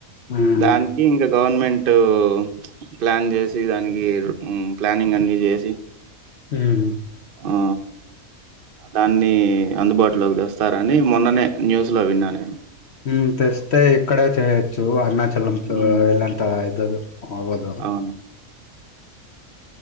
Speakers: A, on the left (about 55°); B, on the right (about 50°).
A: ఉమ్
B: దానికి ఇంకా గవర్నమెంటు ప్లాన్ చేసి దానికి హ్మ్మ్ ప్లానింగ్ అన్ని చేసి
A: హ్మ్మ్
B: ఆ దాన్ని అందుబాటులోకి తెస్తారని మొన్ననే న్యూస్ లో విన్నా నేను
A: హ్మ్మ్ తెస్తే ఇక్కడ చేయొచ్చు అన్న చలంతో
B: ఉమ్
A: <unintelligible> దలు అవదు
B: అవును